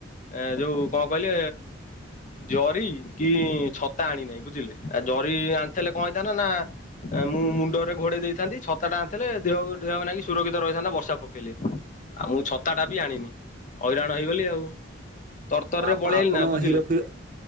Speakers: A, on the left; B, on the right.
A: ଏ ଯୋଉ କଣ କଇ ଟେ ଜରି କି ଛତା ଆଣିନାହିଁ ବୁଝିଲେ ଆ ଜରି ଆଣିଥିଲେ କଣ ହେଇଥାନ ନା ମୁଁ ମୁଣ୍ଡରେ ଘୋଡେଇ ଦେଇଥାନ୍ତି ଛତା ଟା ଆଣିଥିଲେ ଦେହ ଦେହ ନାକି ସୁରକ୍ଷିତ ରହିଥାନ୍ତା ବର୍ଷା ପକେଇଲେ। ଆଉ ମୁଁ ଛତା ଟା ବି ଆଣିନି ହଇରାଣ ହେଇଗଲି ଆଉ ତରତରରେ
B: ଆ ଆପଣ
A: ପଳେଇଆଇଲି ନା ବୁଝିଲେ
B: ହିରୋ ଫିର